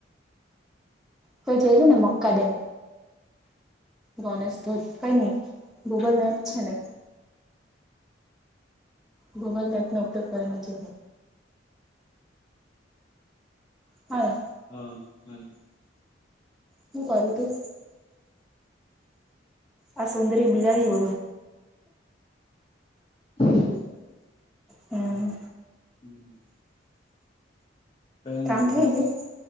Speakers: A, in the centre; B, on the left.
A: તે જયુંરુ ને મક્કા ડેમ. ગનેેશ તો કઈ નહી ગૂગલ મેપ છે ને ગૂગલ મેપ નો ઉપયોગ કરને જો હા
B: હા હમ
A: હું કરી તું આ સુંદર્ય બિદડી બ
B: હમ
A: હમ
B: હમ કઈ
A: કામ
B: ને હું
A: થઈ ગયું